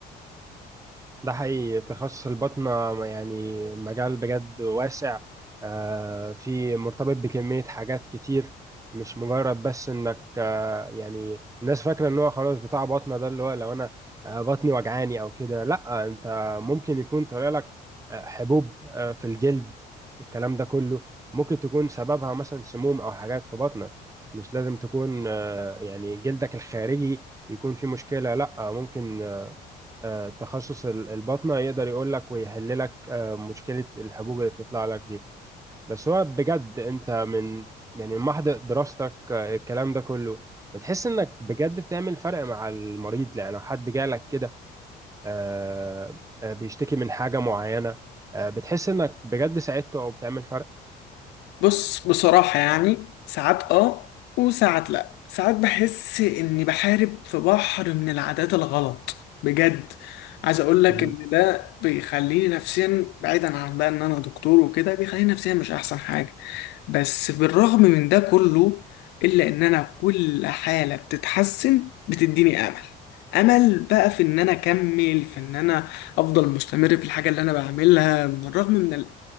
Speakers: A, on the right; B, on the left.
A: ده حقيقي تخصص الباطنة يعني مجال بجد واسع آه، في مرتبط بكمية حاجات كتير مش مجرد بس انك آه، يعني الناس فاكرة ان هو خلاص بتاع باطنة ده اللي هو لو انا آه، بطني وجعاني او كده لا انت ممكن يكون طالع لك آه، حبوب آه، في الجلد الكلام ده كله ممكن تكون سببها مثلا سموم او حاجات في بطنك مش لازم تكون آه، يعني جلدك الخارجي يكون فيه مشكلة لا ممكن آه، تخصص ال- الباطنة يقدر يقول لك ويحل لك آه، مشكلة الحبوب اللي بتطلع لك دي بس هو بجد انت من يعني من محض دراستك آه، الكلام ده كله بتحس انك بجد بتعمل فرق مع المريض يعني لو حد جالك كده آه، آه، بيشتكي من حاجة معينة آه، بتحس انك بجد ساعدته او بتعمل
B: بص بصراحة يعني ساعات اه وساعات لا ساعات بحس اني بحارب في بحر من العادات الغلط بجد عايز اقول لك
A: فرق
B: ان ده بيخليني نفسيا بعيدا عن بقى ان انا دكتور وكده بيخليني نفسيا مش احسن حاجة بس بالرغم من ده كله الا ان انا كل حالة بتتحسن بتديني امل امل بقى في ان انا اكمل في ان انا افضل مستمر في الحاجة اللي انا بعملها من الرغم من ال...